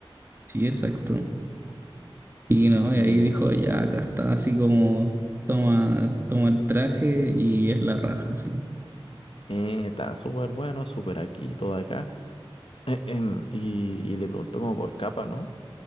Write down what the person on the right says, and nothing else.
sí, exacto. Y no,
y ahí dijo, ya, acá está, así como toma, toma el traje y es la raja, sí.